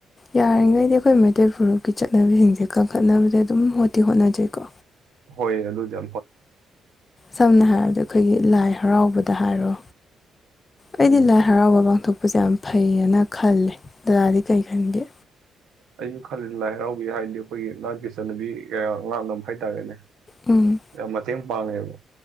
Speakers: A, on the left (about 30°); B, on the right (about 80°).
A: ꯌꯥꯔꯤꯈꯩꯗꯤ ꯑꯩꯈꯣꯏ ꯃꯩꯇꯩ ꯐꯨꯔꯨꯞꯀꯤ ꯆꯠꯅꯕꯤꯁꯤꯡꯁꯦ ꯀꯟꯈꯠꯅꯕꯗ ꯑꯗꯨꯝ ꯍꯣꯠꯇꯤ ꯍꯣꯠꯅꯖꯩꯀꯣ
B: ꯍꯣꯏ ꯑꯗꯨ ꯑꯗꯨ ꯆ
A: ꯁꯝꯅ ꯍꯥꯏꯔꯕꯗꯤ ꯑꯩꯈꯣꯏꯒꯤ ꯂꯥꯏ ꯍꯔꯥꯎꯕꯗ ꯍꯥꯏꯔꯣ
B: ꯎꯝ
A: ꯑꯩꯗꯤ ꯂꯥꯏ ꯍꯔꯥꯎꯕ ꯄꯥꯡꯊꯣꯛꯄ ꯄꯁꯦ ꯌꯥꯝ ꯐꯩꯌꯦꯅ ꯈꯂꯦ ꯗꯗꯥꯗꯤ ꯀꯩ ꯈꯟꯒꯦ
B: ꯑꯩꯁꯨ ꯈꯜꯂꯤ ꯂꯥꯏ ꯍꯔꯥꯎꯕꯤ ꯍꯥꯏꯔꯗꯤ ꯑꯩꯈꯣꯏꯒꯤ ꯅꯥꯠꯀꯤ ꯆꯠꯅꯕꯤ ꯀꯌꯥ ꯉꯥꯡꯅꯕ ꯍꯥꯏꯇꯥꯔꯦꯅꯦ
A: ꯎꯝ
B: ꯌꯥꯝ ꯃꯇꯦꯡ ꯃꯥꯥꯡꯉꯦꯕ